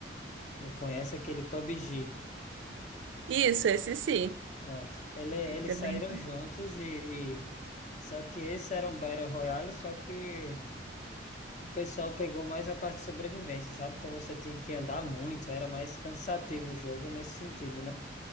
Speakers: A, on the left; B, on the right.
A: eh, conhece aquele PUBG.
B: Isso, esse sim.
A: Pronto. Ele, eles
B: Esse é
A: saíram
B: bem-
A: juntos e, e- Só que esse era um Battle Royale, só que. O pessoal pegou mais a parte de sobrevivência, sabe? Então você tinha que andar muito, era mais cansativo o jogo nesse sentido, né?